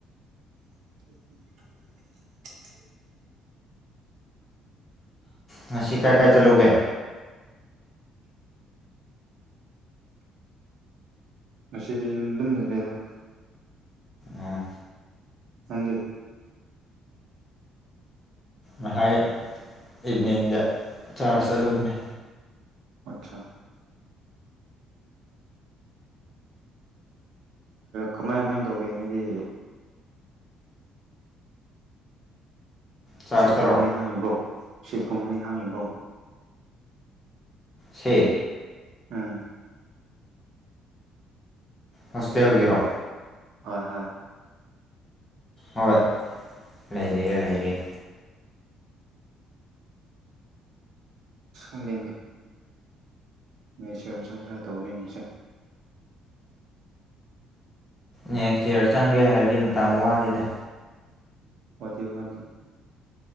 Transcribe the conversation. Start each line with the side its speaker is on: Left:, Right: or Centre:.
Right: ꯎ
Left: ꯉꯁꯤ ꯀꯥꯏ ꯀꯥꯏ ꯆꯂꯧꯒꯦ
Right: ꯉꯁꯤꯗꯤ ꯌꯨꯝ ꯑꯗꯨꯝ ꯂꯩꯈꯩꯗ
Left: ꯎꯝ
Right: ꯊꯪꯖꯦ
Left: ꯉꯥꯏ ꯏꯚꯤꯅꯤꯡꯗ ꯆꯥꯔꯖ ꯆꯠꯂꯨꯅꯦ
Right: ꯑꯆꯥ ꯀꯃꯥꯏ ꯀꯃꯥꯏ ꯇꯧꯒꯦ ꯍꯥꯏꯗꯤ
Left: ꯆꯥꯔꯖꯇꯔꯣ
Right: ꯁꯤꯠꯀꯨꯝꯕꯗꯤ ꯍꯥꯡꯉꯤꯕꯣ ꯁꯤꯠꯀꯨꯝꯕꯗꯤ ꯍꯥꯡꯉꯤꯕꯣ
Left: ꯁ
Right: ꯑꯝ
Left: ꯍꯣꯁꯇꯦꯜꯒꯤꯔꯣ
Right: ꯍꯣꯏ ꯍꯣꯏ
Left: ꯍꯣꯏ ꯂꯩꯔꯤꯑ ꯂꯩꯔꯤꯑꯦ
Right: ꯑꯗꯤ ꯃꯤ ꯁꯤꯔ ꯁꯪꯁꯔ ꯇꯧꯕꯅꯤ ꯃꯤꯁꯦ
Left: ꯅꯦꯛꯁ ꯏꯌꯥꯔ ꯆꯪꯒꯦ ꯍꯥꯏꯔꯗꯤ ꯃꯇꯝ ꯋꯥꯠꯂꯤꯦꯗ
Right: ꯋꯥꯖꯤꯕꯂꯤ